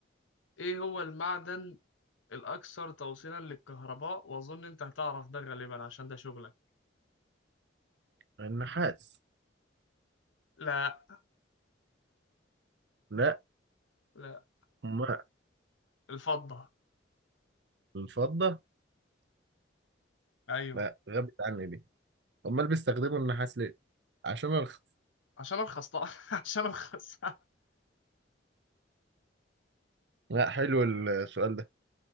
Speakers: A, on the left; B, on the right.
A: ايه هو المعدن الاكثر توصيلا للكهرباء واظن انت هتعرف ده غالبا عشان ده شغلك
B: النحاس
A: لا
B: لا
A: لا
B: ما
A: الفضة
B: الفضة
A: ايوه
B: لا غابت عني دي امال بيستخدموا النحاس ليه عشان ارخص
A: عشان ارخص طبعا <laughs> عشان ارخص
B: لا حلو السؤال ده